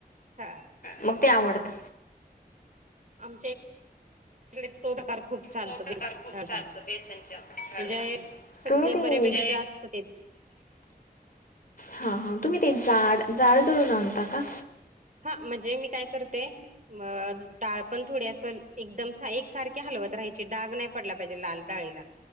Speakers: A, on the right; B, on the left.
A: हा
B: मग ते आवडतं
A: आमच्या इकडे तो प्रकार खूप चालतो
B: तो प्रकार
A: बे
B: खूप
A: डाळचा
B: चालतो बेसनच्या लाडू
A: म्हणजे सगळे
B: तुम्ही
A: बऱ्यापैकी जास्त तेच.
B: हा हा तुम्ही तेड जाड दळून आणता का
A: हा म्हणजे मी काय करते मग डाळ पण थोडी असं एकदम एक सारखी हलवत राहायची डाग नाही पडला पाहिजे लाल डाळीला